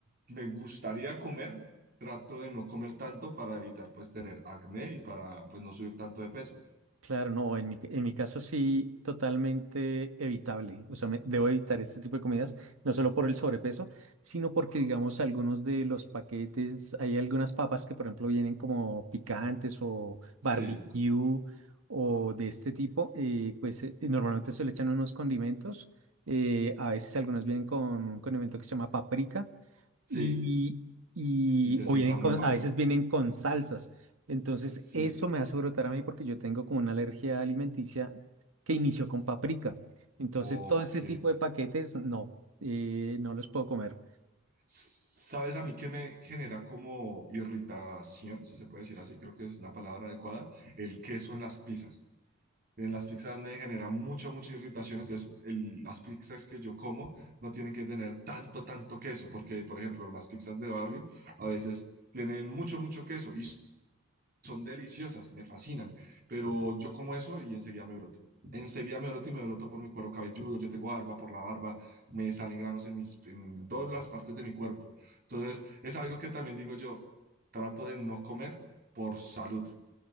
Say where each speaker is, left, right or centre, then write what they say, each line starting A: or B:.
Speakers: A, on the right; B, on the right.
A: me gustaría comer, trato de no comer tanto para evitar pues tener acné y para pues no subir tanto de peso.
B: Claro, no, en mi, en mi caso sí, totalmente evitable. O sea, me- debo evitar este tipo de comidas, no solo por el sobrepeso, sino porque, digamos, algunos de los paquetes, hay algunas papas que, por ejemplo, vienen como picantes o barbecue
A: Sí,
B: o de este tipo, eh, pues eh, normalmente se le echan unos condimentos. eh, a veces algunas vienen con un condimento que se llama paprika
A: sí,
B: y, y-
A: y te
B: o
A: sienta
B: vienen
A: muy
B: con,
A: mal.
B: a veces vienen con salsas. Entonces,
A: Sí,
B: eso me hace brotar a mí porque yo tengo como una alergia alimenticia que inició con paprika. Entonces,
A: ok.
B: todo ese tipo de paquetes, no, eh, no los puedo comer.
A: ¿Sabes a mí qué me genera como irritación, si se puede decir así? Creo que es la palabra adecuada. El queso en las pizzas. En las pizzas me genera mucha, mucha irritación. Entonces, el- las pizzas que yo como no tienen que tener tanto, tanto queso, porque, por ejemplo, las pizzas de barrio a veces tienen mucho, mucho queso y son deliciosas, me fascinan, pero yo como eso y enseguida me broto. Enseguida me broto y me broto por mi cuero cabelludo, yo tengo barba por la barba, me salen granos en, mis, en todas las partes de mi cuerpo. Entonces, es algo que también digo yo, trato de no comer por salud.